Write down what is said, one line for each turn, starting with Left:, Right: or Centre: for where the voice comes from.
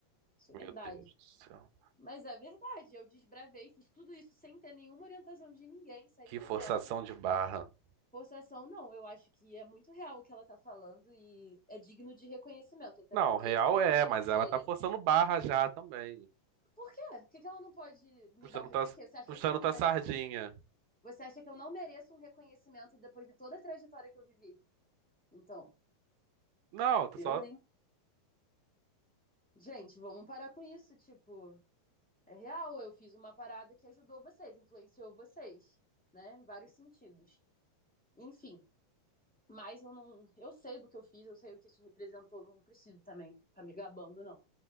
Centre: Isso é
Right: meu
Centre: verdade.
Right: Deus do céu.
Centre: Mas é verdade, eu desbravei, fiz tudo isso sem ter nenhuma orientação de ninguém, saí
Right: Que
Centre: fazendo.
Right: forçação de barra.
Centre: Forçação, não, eu acho que é muito real o que ela tá falando e é digno de reconhecimento, até
Right: Não,
Centre: porque
Right: real
Centre: eu influenciei
Right: é, mas ela tá forçando barra já também.
Centre: Por quê? Por que, que ela não pode me
Right: Puxando
Centre: dar um.
Right: tua,
Centre: Por quê? Você acha,
Right: puxando
Centre: você,
Right: tua sardinha.
Centre: acha que eu, você acha que eu não mereço um reconhecimento depois de toda a trajetória que eu vivi? Então,
Right: Não, tô
Centre: eu,
Right: só.
Centre: hein? Gente, vamos parar com isso. Tipo, é real, eu fiz uma parada que ajudou vocês, influenciou vocês, né? Em vários sentidos. Enfim, mas eu não. Eu sei do que eu fiz, eu sei o que isso representou, não preciso também ficar me gabando, não.